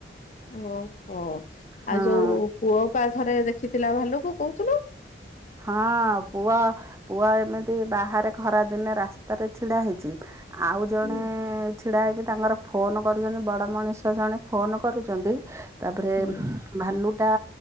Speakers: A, on the left; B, on the right.
A: ଓହୋ
B: ହଁ।
A: ଆଉ ଯୋଉ ପୁଅ ପା ଥରେ ଦେଖିଥିଲା ଭାଲୁକୁ କହୁଥିଲୁ।
B: ହଁ ପୁଅ ପୁଅ ଏମିତି ବାହାରେ ଖରା ଦିନେ ରାସ୍ତାରେ ଛିଡା ହେଇଚି ଆଉ ଜଣେ
A: ହୁଁ
B: ଏଁ ଏଁ ଛିଡ଼ା ହେଇକି ତାଙ୍କର ଫୋନ୍ କରୁଛନ୍ତି ବଡ଼ ମଣିଷ ଜଣେ ଫୋନ୍ କରୁଛନ୍ତି ତାପରେ
A: ହୁଁ
B: ଭାଲୁଟା